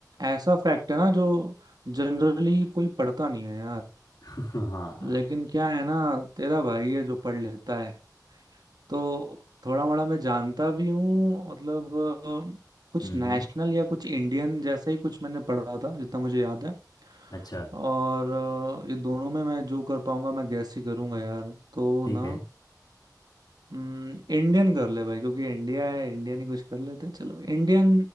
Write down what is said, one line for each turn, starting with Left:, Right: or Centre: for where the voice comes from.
Right: ऐसा फैक्ट है ना जो जनरली कोई पढ़ता नहीं है
Left: हाँ
Right: लेकिन क्या है ना तेरा भाई है जो पढ़ लेता है तो थोड़ा मोड़ा मैं जानता भी हूँ मतलब अ, कुछ
Left: हम्म
Right: नेशनल या कुछ इंडियन जैसा ही कुछ मैंने पढ़ा था जितना मुझे याद है
Left: अच्छा
Right: और अ, ये दोनों में मैं जो कर पाऊंगा मैं गैस ही करूंगा यार तो
Left: ठीक
Right: ना
Left: है
Right: इंडियन कर ले भाई क्योंकि इंडिया है इंडियन ही कुछ कर लेते हैं चलो Indian